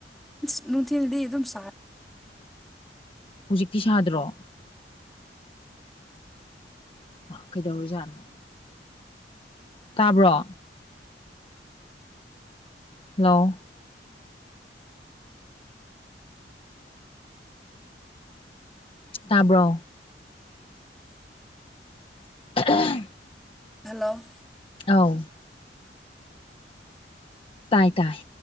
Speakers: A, in the centre; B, on the left (about 30°).
A: ꯅꯅꯨꯡꯊꯗꯤ ꯑꯗꯨꯝ ꯁ
B: ꯍꯧꯖꯤꯛꯇꯤ ꯁꯥꯗ꯭ꯔꯣ ꯀꯩꯗꯧꯔꯖꯥꯠꯅꯣ ꯇꯥꯕ꯭ꯔꯣ ꯍꯜꯂꯣ ꯇꯥꯕ꯭ꯔꯣ <unintelligible>
A: ꯍꯜꯂꯣ
B: ꯑꯥꯎ ꯇꯥꯏ ꯇꯥꯏ